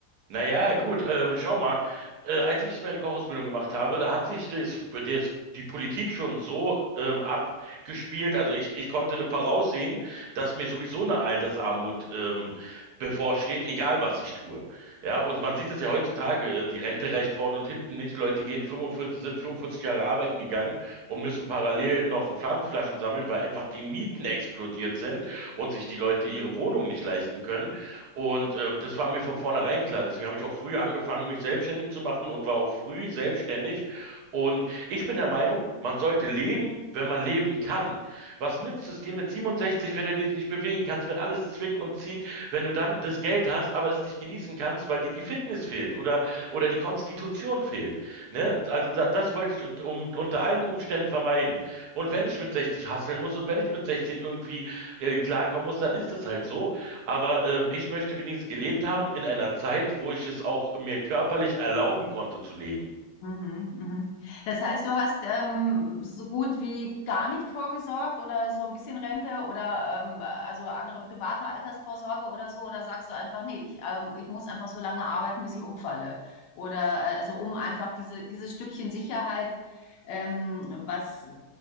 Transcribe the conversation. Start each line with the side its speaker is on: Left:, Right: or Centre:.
Right: Naja, gut, ähm, schau mal. Äh, als ich meine Kochausbildung gemacht habe, da hat sich das, das, die Politik schon so ähm, abgespielt. Also ich, ich konnte da voraussehen, dass mir sowieso eine Altersarmut ähm, bevorsteht, egal was ich tue. Ja, und man sieht es ja heutzutage, äh, die Rente reicht vorne und hinten nicht. Leute gehen 45, sind 45 Jahre arbeiten gegangen und müssen parallel noch Pfandflaschen sammeln, weil einfach die Mieten explodiert sind und sich die Leute ihre Wohnung nicht leisten können. Und ähm, das war mir von vornherein klar. Deswegen habe ich auch früh angefangen, mich selbstständig zu machen und war auch früh selbstständig. Und ich bin der Meinung, man sollte leben, wenn man leben kann. Was nützt es dir mit 67, wenn du dich nicht bewegen kannst, wenn alles zwickt und zieht, wenn du dann das Geld hast, aber es nicht genießen kannst, weil dir die Fitness fehlt oder, oder die Konstitution fehlt. Ne? Also da, das wollte ich und, um, unter allen Umständen vermeiden. Und wenn ich mit 60 hasseln muss und wenn ich mit 16 irgendwie äh, klarkommen muss, dann ist es halt so. Aber ähm, ich möchte wenigstens gelebt haben in einer Zeit, wo ich es auch mir körperlich erlauben konnte zu leben.
Left: Mhm, mhm. Das heißt, du hast ähm, so gut wie gar nicht vorgesorgt oder so ein bisschen Rente oder ähm, also andere private Altersvorsorge oder so, oder sagst du einfach, nee, ich, ähm, ich muss einfach so lange arbeiten, bis ich umfalle. Oder äh, also um einfach diese, dieses Stückchen Sicherheit, ähm, was, <laughs>